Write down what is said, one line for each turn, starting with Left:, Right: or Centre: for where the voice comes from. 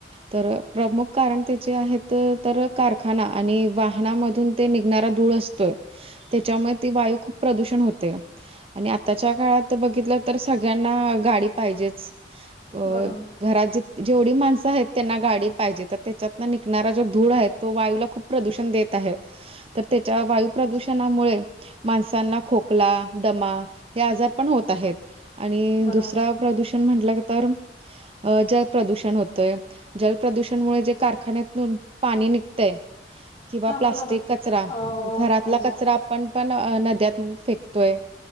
Right: तर प्रमुख कारण त्याचे आहेत तर कारखाना आणि वाहनामधून ते निघणारा धूळ अस तोय त्याच्यामुळे ती वायू खूप प्रदूषण होते आणि आताच्या काळात बघितलं तर सगळ्यांना गाडी पाहिजेच अ
Left: बरोबर.
Right: घरात ज जेवढी माणसं आहेत त्यांना गाडी पाहिजे तर त्याच्यात निघणारा जो धूर आहे तो वायूला खूप प्रदूषण देत आहेत तर त्याच्या वायू
Left: नक्कीच.
Right: प्रदूषणामुळे माणसांना खोकला दमा हे आजार पण होत आहेत आणि
Left: बरोबर.
Right: दुसरा प्रदूषण म्हटलं तर अ जल प्रदूषण होतय. जल प्रदूषण मुळे जे कारखान्यातून पाणी निघतंय किंवा
Left: हा
Right: प्लास्टिक
Left: बोला ना
Right: कचरा
Left: अ
Right: घरातला
Left: अजून
Right: कचरा आपण पण नद्यात फेकतोय.